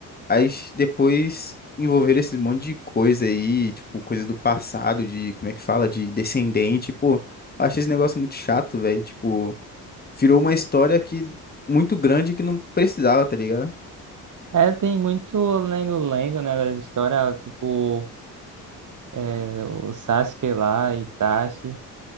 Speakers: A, on the left; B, on the right.
A: Aí ch- depois envolver esse monte de coisa aí, tipo, coisa do passado, de, como é que fala, de descendente, pô, eu achei esse negócio muito chato, velho. Tipo, virou uma história que muito grande que não precisava, tá ligado?
B: É, tem muito lengo-lengo, né, das histórias, tipo, é, o Sasuke lá, Itachi.